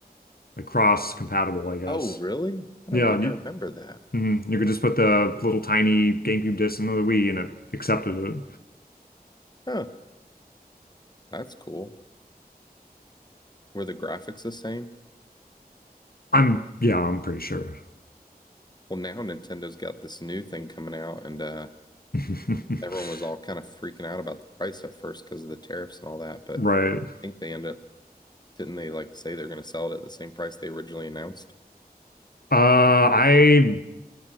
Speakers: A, on the left; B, on the left.
A: like cross compatible, I guess.
B: Oh, really? I don't
A: Yeah,
B: think
A: you,
B: I remember that.
A: mhm. You could just put the little tiny GameCube disc into the Wii and it accepted it.
B: Huh, that's cool. Were the graphics the same?
A: I'm yeah, I'm pretty sure.
B: Well, now Nintendo's got this new thing coming out, and uh,
A: <laughs>
B: everyone was all kind of freaking out about the price at first because of the tariffs and all that. But
A: Right.
B: I think they end up, didn't they like say they're going to sell it at the same price they originally announced?
A: Uh, I